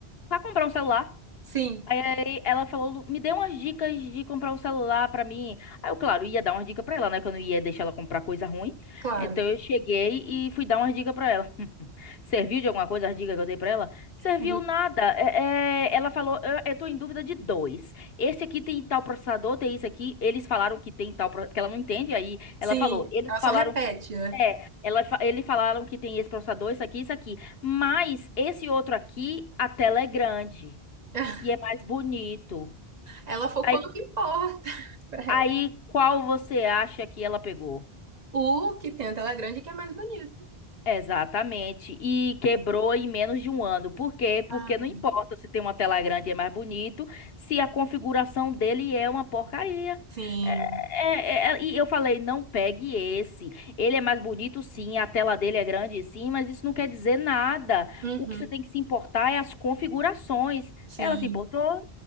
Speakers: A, on the left; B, on the right.
A: Pra comprar um celular.
B: Sim,
A: Aí ela falou, me dê umas dicas de comprar um celular pra mim. Aí eu, claro, ia dar umas dicas pra ela, né? Que eu não ia deixar ela comprar coisa ruim.
B: claro.
A: Então eu cheguei e fui dar umas dicas pra ela. <laughs> Serviu de alguma coisa as dicas que eu dei pra ela? Serviu
B: Uhum.
A: nada. É, é, ela falou, eu, eu tô em dúvida de dois. Esse aqui tem tal processador, tem isso aqui. Eles falaram que tem tal, pro- porque ela não entende. Aí
B: Sim,
A: ela falou, eles
B: ela
A: falaram
B: só repete,
A: que tem.
B: né?
A: É, ela, fa- eles falaram que tem esse processador, isso aqui, isso aqui. Mas esse outro aqui, a tela é grande.
B: <laughs>
A: E é mais bonito.
B: Ela focou
A: Aí,
B: no que importa <laughs> pra
A: aí qual você acha que ela pegou?
B: O que tem a tela grande que é mais bonito.
A: Exatamente. E quebrou em menos de um ano. Por quê? Porque
B: Ah,
A: não importa se tem uma tela grande e é mais bonito, se a configuração dele é uma porcaria.
B: sim.
A: É- é- é- é, e eu falei, não pegue esse. Ele é mais bonito, sim, a tela dele é grande, sim, mas isso não quer dizer nada.
B: Uhum,
A: O que você tem que se importar é as configurações.
B: sim.
A: Ela se importou?